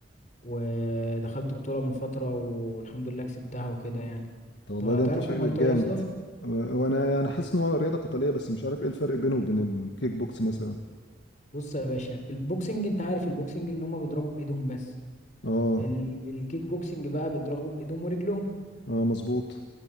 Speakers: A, on the left; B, on the left.
A: ودخلت بطولة من فترة والحمد لله كسبتها وكده يعني
B: طب والله
A: طب
B: ده انت
A: تعرف
B: شكلك
A: الماي تاي
B: جامد
A: اصلا
B: أه، وانا يعني حاسس ان هو رياضه قتاليه بس مش عارف ايه الفرق بينه وبين الكيك بوكس مثلا
A: بص يا باشا البوكسنج انت عارف البوكسنج ان هم بيضربوا بايدهم بس
B: اه
A: ال... الكيك بوكسنج بقى بيضربوا بايدهم ورجلهم
B: اه مظبوط